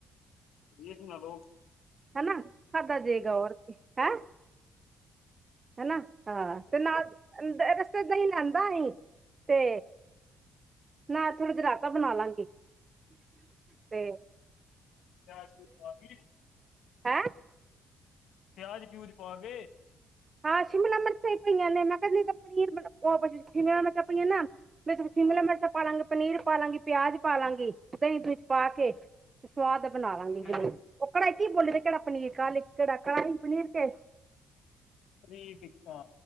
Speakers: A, on the left; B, on the right.
A: ਪਨੀਰ ਬਨਾਲਾ ਲੋ
B: ਹਨਾ ਖਾਧਾ ਜਾਏਗਾ ਹੋਰ ਕੀ ਹੈ ਹਨਾ ਹਾਂ ਤੇ ਨਾਲ ਰਸਤੇ ਦਹੀਂ ਲੈਂਦਾ ਅਸੀਂ ਤੇ ਨਾ ਥੋੜੇ ਜ ਰਾਈਤਾ ਬਣਾ ਲਾਂਗੇ ਤੇ
A: ਕਿਆ ਕੋਈ ਤ
B: ਹੈ
A: ਪਿਆਜ ਪਿਊਜ ਪਾ ਗ
B: ਹਾਂ ਸ਼ਿਮਲਾ ਮਿਰਚਾਂ ਹੀ ਪਈਆਂ ਨੇ ਮੈਂ ਕਿਹਾ ਜਿੱਦਾਂ ਤਾਂ ਪਨੀਰ ਬ ਸ਼ਿਮਲਾ ਮਿਰਚਾਂ ਪਈਆਂ ਨਾ ਮੈਂ ਸ਼ਿਮਲਾ ਮਿਰਚਾਂ ਪਾ ਲਵਾਂਗੇ ਪਨੀਰ ਪਾ ਲਾਂਗੇ ਪਿਆਜ ਪਾ ਲਾਂਗੀ ਉਾਂ ਹੀ ਚ ਪਾ ਕੇ ਸਵਾਦ ਬਣਾ ਲਾਂਗੇ
A: ਹਮ
B: ਜਿਵੇਂ ਉਹ ਕੜਾਈ ਕੀ ਬੋਲੇ ਕਿਹੜਾ ਪਨੀਰ ਕਾਹ ਕਿਹੜਾ ਕੜਾਹੀ ਪਨੀਰ ਕੇ
A: ਪਨੀਰ ਟਿੱਕਾ